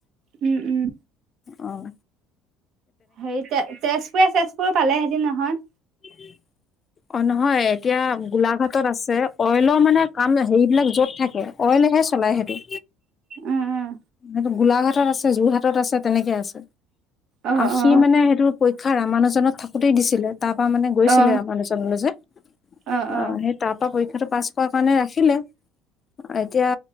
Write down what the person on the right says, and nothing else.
উম উম।
হেৰি তে তেজপুৰ, তেজপুৰ পালেহেঁতিন নহয়।
উম উম
অ অ
অ
অ অ